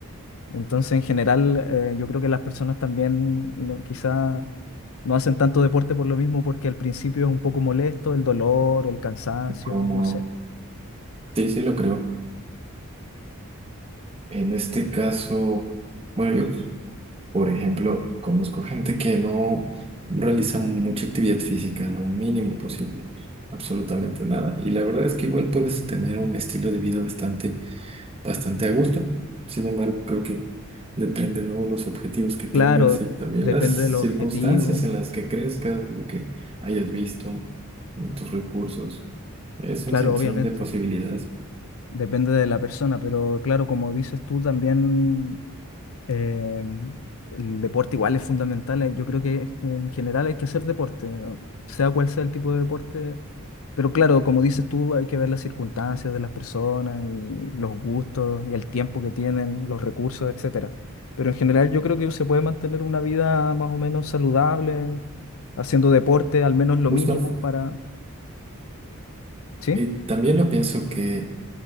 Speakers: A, on the left; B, on the right.
A: Entonces, en general, eh, yo creo que las personas también no, quizá no hacen tanto deporte por lo mismo, porque al principio es un poco molesto el dolor o el cansancio,
B: como
A: no sé.
B: sí, sí lo creo. En este caso, bueno, yo por ejemplo conozco gente que no realiza mucha actividad física, lo mínimo posible. absolutamente nada. Y la verdad es que igual puedes tener un estilo de vida bastante bastante a gusto. Sin embargo, creo que depende, ¿no? Los objetivos que tengas
A: Claro,
B: y también
A: depende
B: las circunstancias
A: de los objetivos,
B: en las que crezcas, lo que hayas visto, tus recursos. Es
A: claro,
B: un sinfín
A: obviamente,
B: de posibilidades.
A: depende de la persona, pero claro, como dices tú, también eh, el deporte igual es fundamental. eh, Yo creo que en general hay que hacer deporte, sea cual sea el tipo de deporte, Pero claro, como dices tú, hay que ver las circunstancias de las personas y los gustos y el tiempo que tienen, los recursos, etcétera. Pero en general yo creo que se puede mantener una vida más o menos saludable, haciendo deporte, al menos lo
B: Justo.
A: mínimo para... ¿Sí?
B: Y también lo pienso que